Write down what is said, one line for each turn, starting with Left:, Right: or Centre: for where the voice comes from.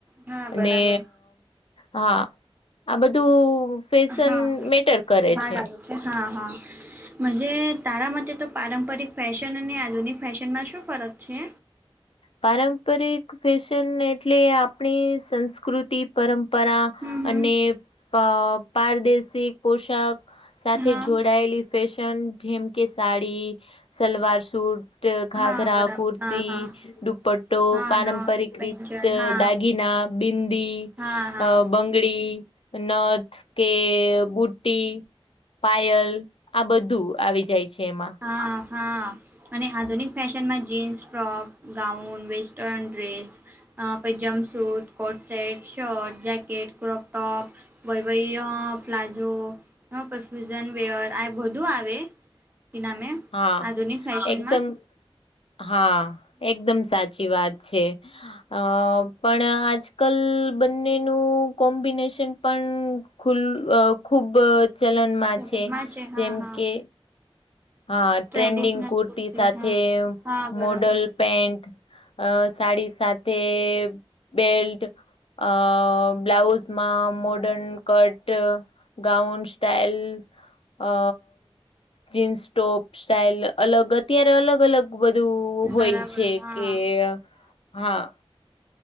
Right: હા બરાબર
Left: અને હા આ બધું ફેશન
Right: હા
Left: મેટર કરે
Right: ભાગ
Left: છે.
Right: આવ્યો હા હા. મજે તારા મતે તો પારંપરિક ફેશન અને આધુનિક ફેશનમાં શું ફરક છે.
Left: પારંપરિક ફેશન એટલે આપણી સંસ્કૃતિ પરંપરા
Right: હમ હમ
Left: અને પારદેશિક પોશાક સાથે
Right: હા
Left: જોડાયેલી ફેશન જેમ કે સાડી સલવાર સૂટ, ઘાઘરા,
Right: હા બરાબર
Left: કુર્તી
Right: હા હા
Left: દુપટ્ટો,
Right: હા
Left: પારંપરિક
Right: ન પંજન
Left: રીત,
Right: હા
Left: દાગીના, બિંદી.
Right: હા હા
Left: અ બંગડી, નથ કે બુટ્ટટી. પાયલ આ બધું આવી જાય છે. એમાં
Right: હા. હા અને આધુનિક ફેશનમાં jeans, frock, gown western dress. પૈજામ suit, coat set, shirt, jacket, crop top વય વય પ્લાઝો, પરફ્યુઝન વેર આ બધું આવે. કે નામે
Left: હા
Right: આધુનિક ફેશનમાં્
Left: એકદમ હા એકદમ સાચી વાત છે. અ પણ આજ કલ બંનેનું કોમ્બિનેશન પણ. ખુલ્ ખુબ ચલનમાં
Right: ચલનમાં
Left: છે જેમ
Right: હા હા
Left: કે. હા ટ્રેન્ડિંગ
Right: ટ્રેડિશનલ
Left: કુર્તી સાથે
Right: હા હા બરાબર
Left: મોડલ પેન્ટ. અ સાડી, સાથે બેલ્ટ. અ બ્લાઉઝમાં મોડર્ન કટ. ગાઉન, સ્ટાઈલ અ જીન્સ. ટોપ સ્ટાઈઇલ અલગ અત્યારે અલગ અલગ. બધું હોય
Right: બરાબર
Left: છે
Right: હા
Left: કે હા.